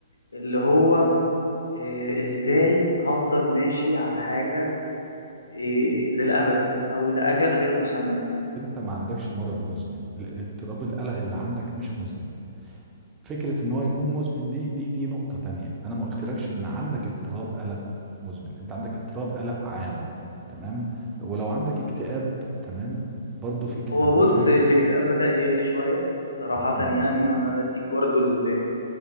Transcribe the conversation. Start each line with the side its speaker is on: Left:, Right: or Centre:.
Left: اللي هو إيه ازاي هفضل ماشي على حاجه إيه للابد او لاجل غير مسمى
Right: انت ما عندكش مرض مزمن ال- اضطراب القلق اللي عندك مش مزمن فكره ان هو يكون مزمن دي دي دي نقطه تانية انا ما قلتلكش ان عندك اضطراب قلق مزمن انت عندك اضطراب قلق عام تمام ولو عندك اكتئاب تمام برضه في اكتئاب
Left: هو بص
Right: مزمن
Left: الاكتئاب بدا يقل شويه صراحه
Right: مم.
Left: يعني وانا بديك برضو ال...